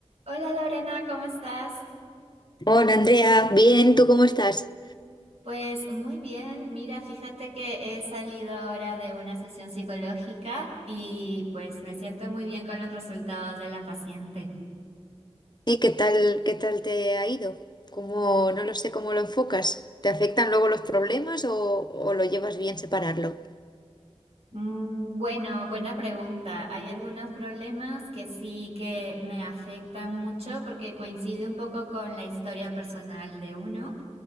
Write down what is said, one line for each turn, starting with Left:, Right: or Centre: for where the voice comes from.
Right: Hola Lorena, ¿cómo estás?
Left: Hola Andrea, bien, ¿tú cómo estás?
Right: Pues muy bien, mira, fíjate que he salido ahora de una sesión psicológica y pues me siento muy bien con los resultados de la paciente.
Left: ¿Y qué tal, qué tal te ha ido? ¿Cómo, no lo sé cómo lo enfocas? ¿Te afectan luego los problemas o, o lo llevas bien separarlo?
Right: Mm, bueno, buena pregunta. Hay algunos problemas que sí que me afectan mucho porque coincide un poco con la historia personal de uno.